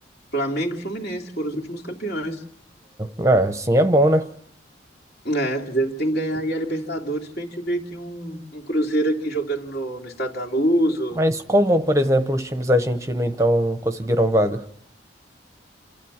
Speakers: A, on the left; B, on the right.
A: Flamengo e Fluminense foram os últimos campeões.
B: É, é, assim é bom, né?
A: É, o Cruzeiro tem que ganhar aí a Libertadores pra gente ver aqui um, um Cruzeiro aqui jogando no, no Estado da Luz. ou-
B: Mas como, por exemplo, os times argentinos então conseguiram vaga?